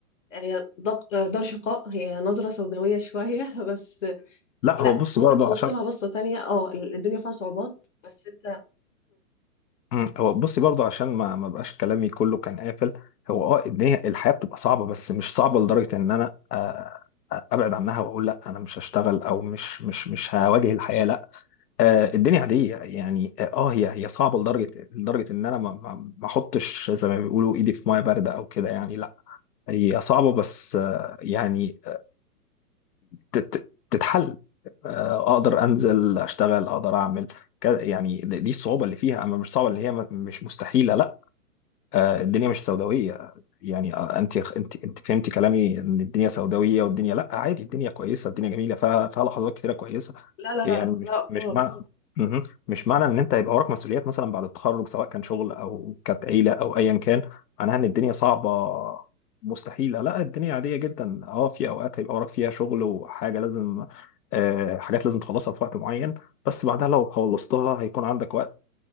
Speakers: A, on the left (about 50°); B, on the left (about 80°).
A: آه، هي ضق- دار شقاء هي نظره سوداويه شويه <laughs> بس
B: لا
A: لا
B: هو بص
A: ممكن
B: برضه
A: تبص
B: عشان
A: لها بصه تانية اه الدنيا فيها صعوبات بس انت
B: مم. هو بصي برضه عشان ما ما بقاش كلامي كله كان قافل هو اه ان هي الحياه بتبقى صعبه بس مش صعبه لدرجه ان انا آه، آه، ابعد عنها واقول لا انا مش هشتغل او مش مش مش هواجه الحياه لا آه، الدنيا عاديه يعني اه آه، هي هي صعبه لدرجه لدرجه ان انا ما ما ما احطش زي ما بيقولوا ايدي في ميه بارده او كده يعني لا هي صعبه بس آه، يعني آه، تت- تتحل آه، اقدر انزل اشتغل اقدر اعمل كده يعني دي دي الصعوبه اللي فيها اما مش صعبه اللي هي م- مش مستحيله لا آه، الدنيا مش سوداويه يعني آه، انت انت انت فهمتي كلامي ان الدنيا سوداويه والدنيا لا عادي الدنيا كويسه الدنيا جميله فيها فيها لحظات كتيره كويسه
A: لا لا
B: يعني
A: لا
B: مش
A: لا
B: مش
A: خالص
B: معنى مهم. مش معنى ان انت هيبقى وراك مسؤوليات مثلا بعد التخرج سواء كان شغل او كانت عيله او ايا كان معناها ان الدنيا صعبه مستحيله لا الدنيا عاديه جدا اه في اوقات هيبقى وراك فيها شغل وحاجه لازم آه، حاجات لازم تخلصها في وقت معين بس بعدها لو خلصتها هيكون عندك وقت